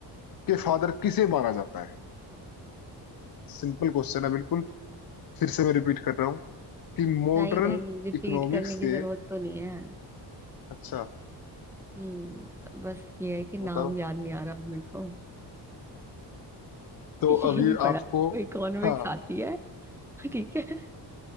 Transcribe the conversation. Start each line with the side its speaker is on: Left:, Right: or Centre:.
Left: के फादर किसे माना जाता है सिंपल क्वेश्चन है बिल्कुल फिर से मैं रिपीट कर रहा हूँ कि मॉडर्न
Centre: नहीं नहीं रिपीट
Left: इकोनॉमिक्स
Centre: करने की
Left: के
Centre: जरूरत तो नहीं है
Left: अच्छा
Centre: हम्म बस ये है कि नाम
Left: बताओ
Centre: याद नहीं आ रहा अब मेरे को
Left: तो
Centre: ये
Left: अभी
Centre: नहीं
Left: आपको
Centre: पढ़ा मेरे को इकोनॉमिक्स
Left: हाँ
Centre: आती है ठीक है